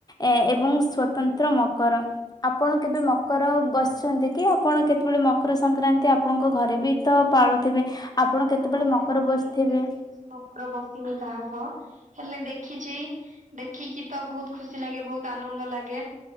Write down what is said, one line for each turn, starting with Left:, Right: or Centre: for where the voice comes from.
Left: ଏ ଏବଂ ସ୍ଵତନ୍ତ୍ର ମକର ଆପଣ କେବେ ମକର ବସିଛନ୍ତି କି ଆପଣ କେତେବେଳେ ମକର ସଂକ୍ରାନ୍ତି ଆପଣଙ୍କ ଘରେ ବି ତ ପାଳୁଥିବେ ଆପଣ
Right: ନା
Left: କେତେବେଳେ
Right: ନା ମ୍ୟାମ୍
Left: ମକର ବସିଥିବେ।
Right: ମୁଁ ସେମିତି କିଛି ମକର ବସିନି କାହା ସହ ହେଲେ ଦେଖିଛି ଦେଖିକି ତ ବହୁତ ଖୁସି ଲାଗେ ବହୁତ ଆନନ୍ଦ ଲାଗେ।